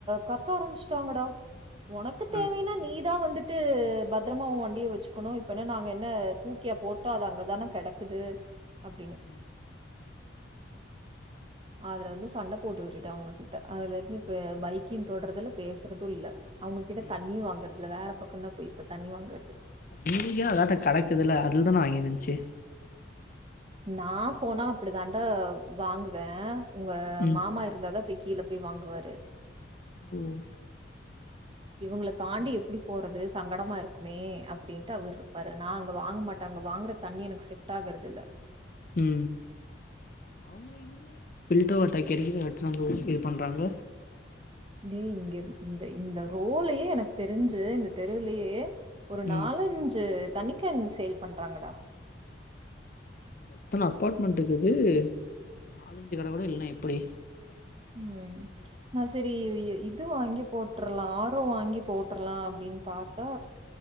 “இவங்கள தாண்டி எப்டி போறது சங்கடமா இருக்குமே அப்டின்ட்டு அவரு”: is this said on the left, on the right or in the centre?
Right